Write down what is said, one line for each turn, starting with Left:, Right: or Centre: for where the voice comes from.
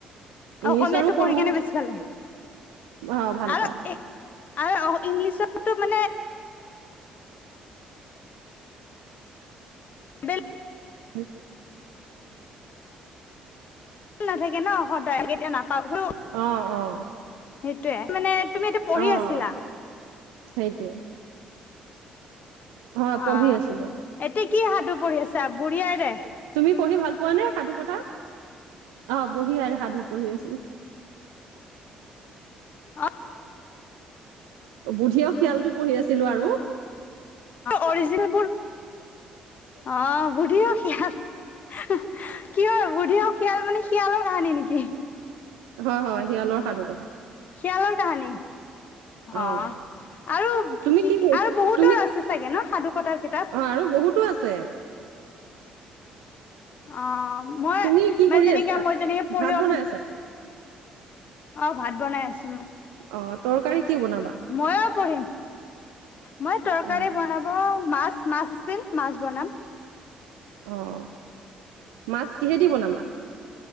Right: ইংলিছৰো
Left: অসমীয়াতটো পঢ়ি
Right: পঢ়ো।
Left: কেনে বেছি ভালে
Right: অ', ভাল
Left: আৰু।
Right: পাওঁ।
Left: আৰু ইংলিছতো মানে। এভেইলেবল
Right: হ।
Left: নাথাকে ন সদায় এতিয়া নাপাওঁ।
Right: অঁ অঁ।
Left: সেইটোয়ে মানে তুমি এতিয়া পঢ়ি
Right: অ',
Left: আছিলা।
Right: সেইটোৱে। হয়, পঢ়ি
Left: অঁ
Right: আছিলোঁ।
Left: এতিয়া কি সাধু পৰি আছা বুঢ়ী আইৰে।
Right: তুমি পঢ়ি ভাল পোৱা নে সাধু কথা, অ বঢ়ি আৰু সাধু পঢ়ি আছো।
Left: অঁ।
Right: বুধীয়ে শিয়ালটো পঢ়ি আছিলো আৰু।
Left: অৰিজিনেৰ অঁ বুধি অ স। কি হয় বুদ্ধি হওঁক শিয়াল মানে শিয়ালৰ কাহানী নেকি
Right: হয় হয় শিয়ালৰ সাধু কথা।
Left: শিয়ালৰ কাহানি।
Right: অ',
Left: অঁ আৰু
Right: তুমি
Left: কি কি
Right: কৰি
Left: আৰু বহুতৰ
Right: তুমি
Left: আছে চাগে ন সাধু কথাৰ কিতাপ।
Right: অ', আৰু বহুতো আছে।
Left: অঁ। মই
Right: তুমি কি
Left: মানে
Right: কৰি
Left: যেনেকে
Right: আছা?
Left: মই যেনেকে পঢ়িব
Right: ভাত বনাই
Left: ম।
Right: আছা?
Left: অঁ ভাত বনাই আছে।
Right: অঁ তৰকাৰী কি বনাবা।
Left: মইয়ো পঢ়িম মই তৰকাৰী
Right: অ',
Left: বনাব মাছ। মাছ আছিল, মাছ বনাম।
Right: অঁ মাছ কিহেদি বনাবা।